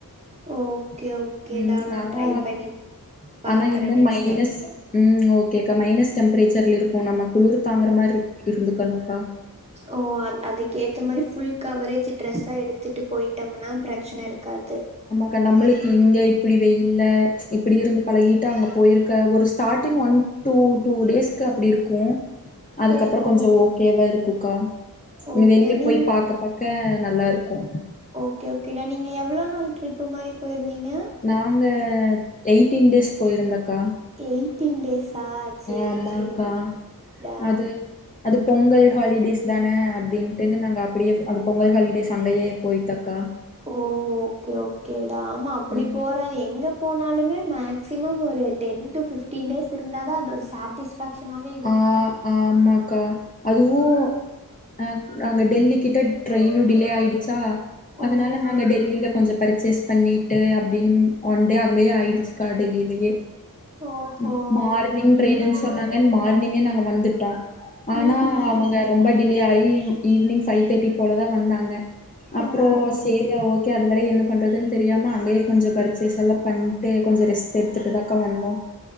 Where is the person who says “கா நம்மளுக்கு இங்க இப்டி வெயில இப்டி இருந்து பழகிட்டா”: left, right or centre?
Left